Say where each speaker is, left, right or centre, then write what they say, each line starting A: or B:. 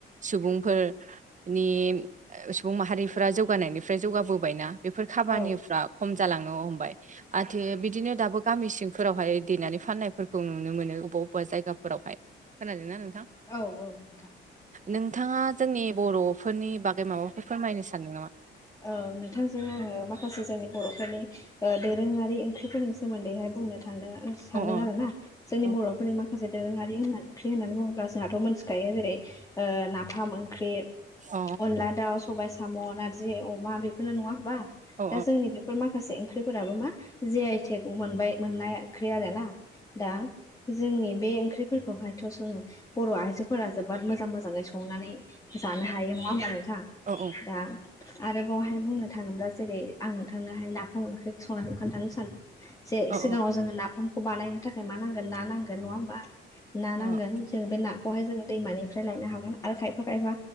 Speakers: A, on the right (about 40°); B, on the left (about 15°).
A: सुबुंफोरनि सुबुं माहारिफोरा जौगानायनिफ्राय जौगाबोबायना। बेफोर खामानिफ्रा
B: औ
A: खम जालांनो हमबाय आथि बिदिनो दाबो गामि सिंफोरावहाय। देनानै फाननायफोरखौ नुनो मोनो अबेबा अबेबा जायगाफोरावहाय होनानै।
B: औ औ नोंथां
A: नोंथाङा जोंनि बर'फोरनि बागै माबाफोर फोरमायनो सानदों नामा?
B: औ नोंथांजों आङो माखासे जोंनि बर'फोरनि ओ दोरोङारि ओंख्रिफोरनि सोमोन्दैहाय। बुंनो थांदों सानदों
A: अ
B: आरोना जोंनि
A: अ
B: बर'फोरनि मा माखासे दोरोङारि होनना ओंख्रि होननानै बुङोब्ला जोंहाथ' मिथिखायो जेरै ना फाम ओंख्रि
A: अ
B: अनला दाउ सबाइ साम' नारजि अमा बेफोरनो नङा ओमबा।
A: औ
B: दा जोंनि बेफोर माखासे ओंख्रिफोराबो मा। जिआइ टेक मोनबाय मोननाय ओंख्रि आरोना दा। जोंनि बे ओंख्रिफोरखौहायथ' जोङो बर' आइजोफोरा जोबोद मोजां मोजां मोजाङै संनानै। जानो हायो नङा ओमबा नोंथां
A: औ
B: दा। आरो बावहाय बुंनो थाङोब्ला जेरै आं नोथांनोहाय नाफाम ओंख्रि संनायखो खोन्थानो सानदों। जे
A: औ
B: सिगाङाव जोङो नाफामखौ बानायनो थाखाय मा नांगोन ना नांगोन नङा ओमबा? ना
A: औ
B: नांगोन जोङो बे ना? खौहाय जोङो दैमानिफ्राय लायनो हागोन आरो खायफा खायफा